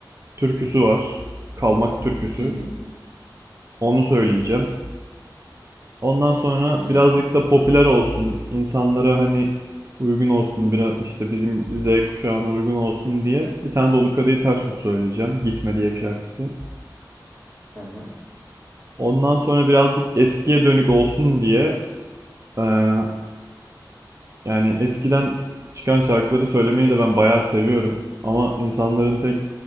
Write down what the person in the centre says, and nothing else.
Hı hı.
Hı
Hı hı.